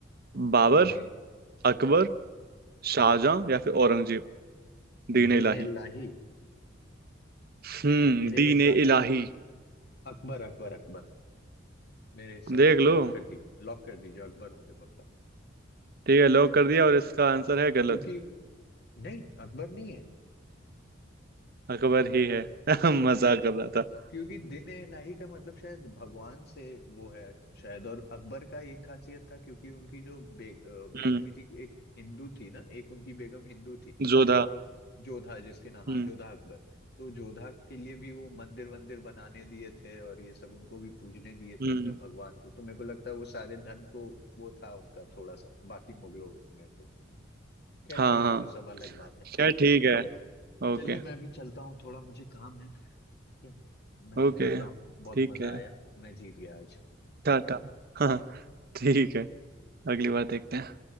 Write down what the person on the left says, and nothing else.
दीने
दीने
लाही
मेरे
हिसाब
से अकबर अकबर अकबर मेरे हिसाब
से लॉक
कर दी लॉक कर दीजिए अकबर होंगे पक्का
क्योंकि नहीं अकबर नहीं है
क्यों-
क्योंकि दिन ए इलाही का मतलब शायद भगवान से वो है शायद और अकबर का एक खासियत था क्योंकि उनकी जो बे, अ, बेगम
भी थी एक हिंदू थी ना एक उनकी बेगम हिंदू थी
तो जोधा जिसके नाम
हाँ जोधा अकबर तो जोधा के लिए भी वो मंदिर वंदिर बनाने दिए थे और ये सब उनको भी पूजने दिए
थे अपने भगवान को तो मेरे को लगता है वो सारे धन को वो था उनका थोड़ा सा बाकी मुगलों में तो खैर
ठीक है
वो सब अलग बात है
चलिए मैं भी चलता हूँ थोड़ा मुझे काम है ठीक है मैं
निकलता हूँ बहुत
मजा
आया मैं जीत गया आज